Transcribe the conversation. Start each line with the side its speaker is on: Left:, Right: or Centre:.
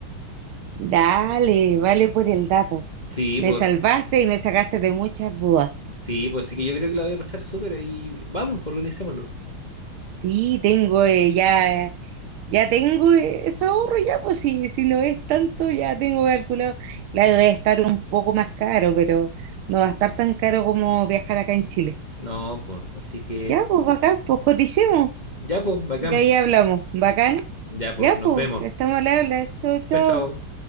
Right: Dale, vale por el dato.
Left: Sí,
Right: Me
Left: pues,
Right: salvaste y me sacaste de muchas dudas.
Left: sí, pues sí que yo creo que la voy a pasar súper ahí. Vamos, pues organicémoslo.
Right: Sí, tengo eh, ya, ya tengo eh, eso ahorro ya, pues si, si no es tanto, ya tengo calculado. Claro, debe estar un poco más caro, pero no va a estar tan caro como viajar acá en Chile.
Left: No, pues, así que
Right: Ya, pues bacán, pues coticemos.
Left: ya, pues, bacán.
Right: Y ahí hablamos. Bacán.
Left: Ya, pues,
Right: Ya,
Left: nos
Right: pues,
Left: vemos.
Right: estamos al habla. Chau, chau.
Left: Chao, chao.